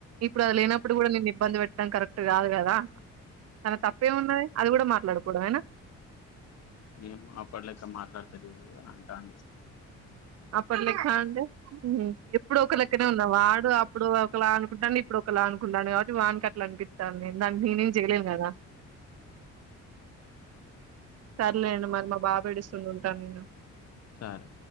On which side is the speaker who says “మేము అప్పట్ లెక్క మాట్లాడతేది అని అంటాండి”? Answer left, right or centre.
Left